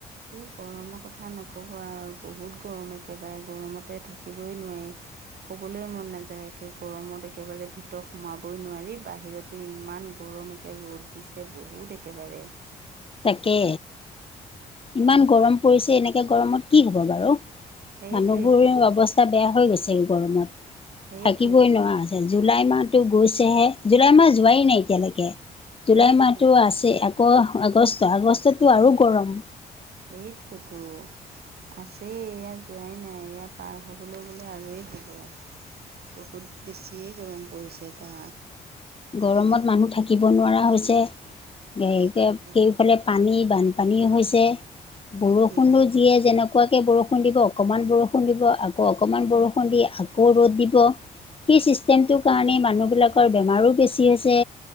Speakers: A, on the right (about 60°); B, on the left (about 30°).
A: এই গৰমৰ কথা নকবা আৰু বহুত গৰম একেবাৰে গৰমতে থাকিবই নোৱাৰি। শু'বলৈ মন নাযায় একে গৰমত একেবাৰে ভিতৰত সোমাবই নোৱাৰি বাহিৰত তে, ইমান গৰম একে ৰ'দ দিছে বহুত একেবাৰে।
B: তাকে। ইমান গৰম পৰিছে এনেকে গৰমত কি হব বাৰু
A: সেইটোৱেতো
B: মানুহবোৰ অৱস্ স্থা বেয়া হৈ গৈছে গৰমত
A: সেইটোৱেতো
B: থাকিবই নোৱাৰা হৈছ জুলাই মাহটো গৈছেহে জুলাই মাহ যোৱাই নাই এতিয়ালেকে। জুলাই
A: সেইটোৱেতো
B: মাহটো আছেই আকৌ আগষ্ট আগষ্টততো আৰু গৰম।
A: এইটোৱেইটো। আছেই এয়া যোৱাই নাই এয়া পাৰ হ'বলৈ গ'লে আৰুৱেই হ'ব। বহুত বেছিয়ে গৰম পৰিছে বা।
B: গৰমত
A: একেবাৰে
B: মানুহ থাকিব নোৱাৰা হৈছে,
A: সেইটোৱেতো
B: দে এতিয়া কেউফালে পানী, বানপানী হৈছে
A: সেইটোৱেই
B: বৰষুণো যিয়ে যেনেক কুৱাকে বৰষুণ দিব, অকণমান বৰষুণ দিব আকৌ অকণমান বৰষুণ দি আকৌ ৰ'দ দিব। সেই চিষ্টেমটোৰ কাৰণে মানুহবিলাকৰ বেমাৰো বেছি হৈছে।